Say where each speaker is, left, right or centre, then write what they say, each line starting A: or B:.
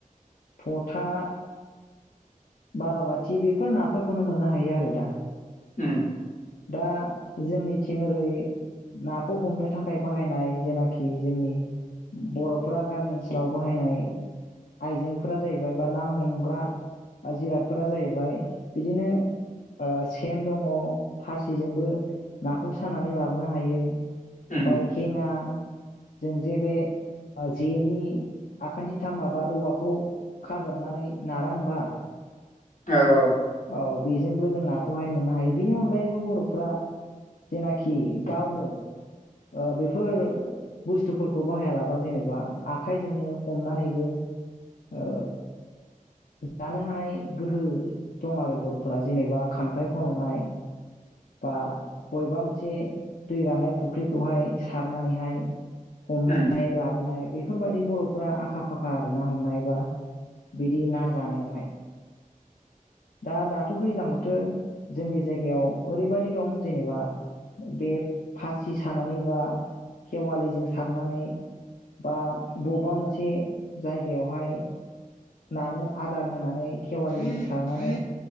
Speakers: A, on the left (about 85°); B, on the left (about 65°).
A: थथा बालाबाथि बेफोर नाफोरखौनो मोननो हायो आरो दा।
B: उम
A: दा जोंनिथिं रै नाखौ हमनो थाखाय बाहायनाय जेनाखि जोंनि बर'फोरा गामि ओनसोलाव बाहायनाय आइजेंफोरा जाहैबाय बा ना हमग्रा जिरादफोरा जाहैबाय बिदिनो सेन दङ' फासिजोंबो नाखौ सानानै लाबोनो हायो।
B: उम
A: ओमफाय हेङा जों जे बे ओ जेनि आखान्थिथाम माबा औवाखौ खाजाबनानै नारा होमबा
B: औ औ
A: औ बेजोंबो जों नाखौहाय मोननो हायो बिनि अनगायैबो बर'फोरा जेनाखि गावनो ओ बेफोर बुस्थुफोरखौ बाहायालाबा जेनेबा आखाइजोंनो हमनानैबो ओ जानो हानाय गोहो दं आरो बर'फोरा जेनेबा खांख्राइ खन'नाय बा बबेबा मोनसे दै राननाय फुख्रिखौहाय सारनानैहाय हमनाय
B: उम
A: लाबोनाय बेफोरबाय दि बर'फोरा आखा फाखा आरो ना हमनायबा बि दि ना जानायावहाय। दा दाथ' दैज्लां बोथोर जोंनि जायगायाव ओरैबायदि दं जेनेबा बे फासि सानानै बा खेवालिजों सारनानै बा बबेबा मोनसे जायगायावहाय नानो आदार होनानै खेवालिजों सारनानै